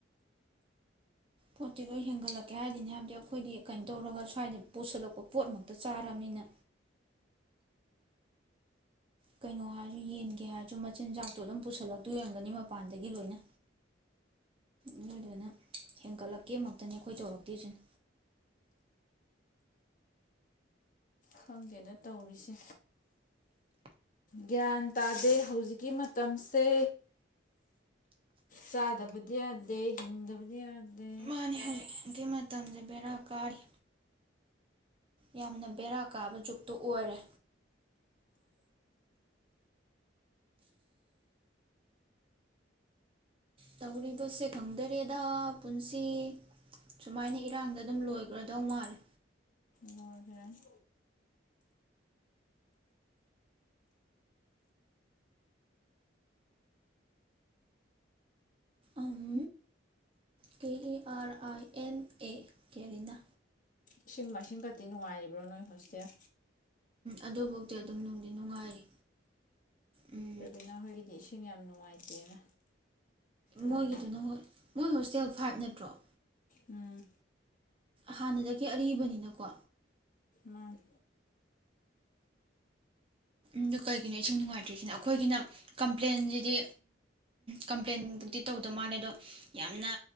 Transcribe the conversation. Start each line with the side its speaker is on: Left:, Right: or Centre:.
Right: ꯄꯣꯠꯇꯤ ꯂꯣꯏ ꯍꯦꯟꯒꯠꯂꯛꯀꯦ ꯍꯥꯏꯕꯗꯤꯅꯤ ꯑꯩꯈꯣꯏꯗꯤ ꯀꯩꯅꯣꯇꯧꯔꯒ ꯁꯋꯥꯏꯗ ꯄꯨꯁꯜꯂꯛꯄ ꯄꯣꯠ ꯃꯛꯇꯥ ꯆꯥꯔꯕꯅꯤꯅ ꯀꯩꯅꯣ ꯍꯥꯏꯁꯨ ꯌꯦꯟꯒꯤ ꯍꯥꯏꯁꯨ ꯃꯆꯤꯟꯖꯥꯛꯇꯣ ꯑꯗꯨꯝ ꯄꯨꯁꯜꯂꯛꯇꯣꯏ ꯑꯣꯏꯔꯝꯒꯅꯤ ꯃꯄꯥꯟꯗꯒꯤ ꯂꯣꯏꯅ ꯑꯗꯨꯗꯨꯅ ꯍꯦꯟꯒꯠꯂꯛꯀꯦ ꯃꯛꯇꯅꯤ ꯑꯩꯈꯣꯏ ꯇꯧꯔꯛꯇꯨꯏꯁꯤꯅ
Left: ꯈꯪꯗꯦꯗ ꯇꯧꯔꯤꯁꯦ ꯒꯌ꯭ꯥꯟ ꯇꯥꯗꯦ ꯍꯧꯖꯤꯛꯀꯤ ꯃꯇꯝꯁꯦ ꯆꯗꯕꯗꯤ ꯌꯥꯗꯦ ꯍꯤꯡꯗꯕꯗꯤ ꯌꯥꯗꯦ
Right: ꯃꯥꯅꯦ ꯍꯧꯖꯤꯛꯀꯤ ꯃꯇꯝꯁꯦ ꯕꯦꯔꯥ ꯀꯔꯤ ꯌꯥꯝꯅ ꯕꯦꯔꯥ ꯀꯥꯕꯥ ꯖꯨꯛꯇꯣ ꯑꯣꯏꯔꯦ ꯇꯧꯔꯤꯕꯁꯦ ꯈꯪꯗꯔꯦꯗꯥ ꯄꯨꯟꯁꯤ ꯁꯨꯃꯥꯏꯅ ꯏꯔꯥꯡꯗ ꯑꯗꯨꯝ ꯂꯣꯏꯒꯔꯗꯧ ꯃꯥꯜꯂꯦ
Left: ꯂꯣꯏꯈ꯭ꯔꯅꯤ
Right: ꯎꯝ K E R I N A ꯀꯦꯔꯤꯅꯥ
Left: ꯏꯁꯤꯡ ꯃꯥꯏꯁꯤꯡꯒꯗꯤ ꯅꯨꯉꯥꯏꯔꯤꯕꯔꯣ ꯅꯣꯏ ꯍꯣꯁꯇꯦꯜ
Right: ꯑꯗꯨꯕꯨꯛꯇꯤ ꯑꯗꯨꯝ ꯅꯨꯡꯗꯤ ꯅꯨꯡꯉꯥꯏꯔꯤ ꯎꯝ
Left: ꯔꯕꯤꯅꯥ ꯍꯣꯏꯒꯤꯗꯤ ꯏꯁꯤꯡ ꯌꯥꯝ ꯅꯨꯡꯉꯥꯏꯇꯦꯅ ꯍꯥꯏ
Right: ꯃꯣꯏꯒꯤꯗꯨꯅ ꯃꯨꯛ ꯃꯣꯏ ꯍꯣꯁꯇꯦꯜ ꯇꯦꯜ ꯐꯥꯏꯚ ꯅꯠꯇꯔꯣ
Left: ꯎꯝ
Right: ꯍꯟꯅꯗꯒꯤ ꯑꯔꯤꯕꯅꯤꯅꯀꯣ
Left: ꯃꯥꯅꯤ
Right: ꯑꯗꯣ ꯀꯩꯒꯤꯅꯣ ꯏꯁꯤꯡ ꯅꯨꯡꯉꯥꯏꯇꯔꯤꯁꯤꯅ ꯑꯩꯈꯣꯏꯒꯤꯅ ꯀꯝꯄꯂꯥꯏꯟꯖꯤꯗꯤ ꯀꯝꯄꯂ꯭ꯥꯏꯟ ꯕꯨꯛ ꯇꯤ ꯇꯧꯗ ꯃꯥꯜꯂꯦ ꯑꯗꯣ ꯌꯥꯝꯅ